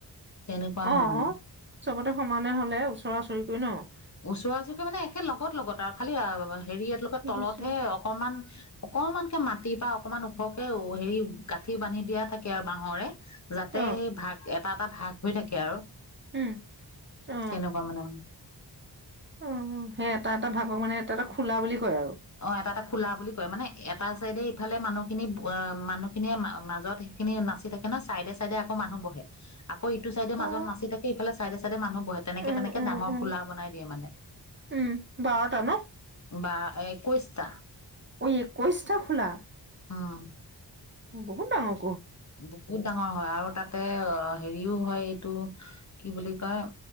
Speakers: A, on the left; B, on the right.
A: তেনেকুৱা
B: অ',
A: হয় মানে
B: চবতে সমানে হ'লে ওচৰাওচৰি <unintelligible>
A: ওচৰা ওচৰিকীয়া মানে একে লগত লগত আৰু খালি হেৰি, এলোকে
B: ঠিক
A: তলত
B: আছে
A: হে অকমান অকমানকে মাটিৰ পৰা অকমান ওখকে হেৰি গাঁঠি বান্ধি দিয়া থাকে আৰু বাহৰে। যাতে
B: অ
A: সেই ভাগ এটা এটা, ভাগ হৈ থাকে আৰু।
B: উম অ
A: কেনেকুৱা মানে?
B: অ', সেই এটা এটা ভাগৰ মানে এটা এটা খোলা বুলি কয় আৰু
A: অ', এটা এটা খোলা বুলি কয় মানে এটা চাইডে ইফালে মানুহ খিনি, মানুহখিয়ে মাজত সেইখিনি নাচি থাকে, ন' চাইডে চাইডে আকৌ মানুহ বহে। আকৌ ইটো চাইডে
B: অ
A: মাজত নাচি থাকে, ইফালে চাইডে চাইডে মানুহ বহে, তেনেকে
B: উম
A: তেনেকে
B: উম
A: ডাঙৰ
B: উম
A: খোলা বনাই দিয়ে, মানে
B: উম বাৰটা ন
A: বা এক কৈচটা
B: ঐ, একৈশটা খোলা।
A: অ'।
B: বহুত ডাঙৰ
A: বহুত ডাঙৰ হয় আৰু তাতে অ' হেৰিও হয়, এইটো কি বুলি কয়?